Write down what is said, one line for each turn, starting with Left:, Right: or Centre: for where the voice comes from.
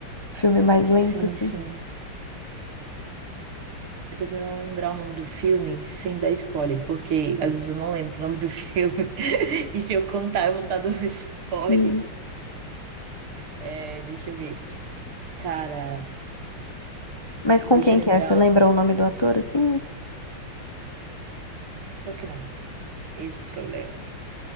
Left: Filme mais
Right: sim,
Left: lento, assim.
Right: sim. Eu tô tentando lembrar o nome do filme sem dar spoiler, porque às vezes eu não lembro o nome do filme. <laughs> E se eu contar, eu vou estar dando spoiler.
Left: Sim.
Right: É, deixa eu ver. Cara,
Left: Mas com
Right: deixa
Left: quem
Right: eu lembrar.
Left: que é? Você lembra o nome do ator, assim?
Right: Pior que não. Esse é o problema.